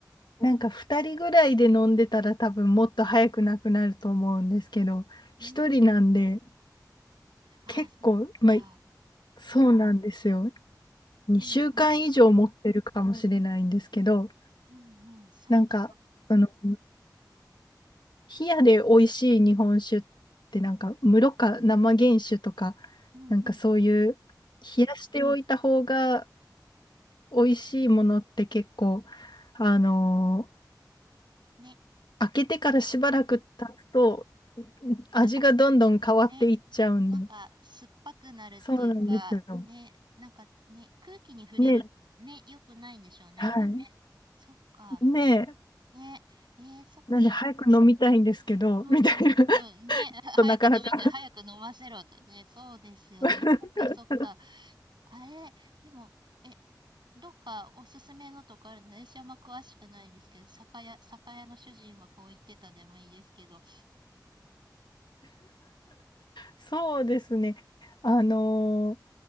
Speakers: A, on the left; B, on the right.
A: なんか2人ぐらいで飲んでたら多分もっと早くなくなると思うんですけど、
B: うんうん。
A: 1人なんで
B: ああ、
A: 結構、
B: そっか。
A: まあ、そうなんですよ。2週間以上持ってるかもしれないんですけど、
B: うんうん、うんうん。そっかそっか。
A: なんか、あの、冷やで美味しい日本酒ってなんか、室か生原酒とか、
B: うんうん。
A: なんかそういう、冷やしておいた方が美味しいものって結構、あの
B: ね、
A: 開けてからしばらく経つと、味がどんどん変わっていっちゃうんで。
B: なんか、ね、なんか、酸っぱくなるっていうか、
A: そうなんですよ。
B: ね、なんかね、空気に触れるとね、
A: ね、
B: 良くないんでしょうね、
A: はい。
B: あれね。そっか。
A: ねえ、
B: ね、えー、そっかそっか。
A: なんで早く飲みたいんですけど、
B: うんうんうん。
A: みたいな、<laughs> ちょっ
B: ね、<laughs> は早く飲みたい、
A: となかなか
B: 早く飲ませろとね。そうですよね。
A: <laughs>
B: そっかそっか。あれ、でも、え、どっかおすすめのとかあるんです私あんま詳しくないんですけど、酒屋、酒屋の主人はこう言ってたでもいいですけど、
A: そうですね。あの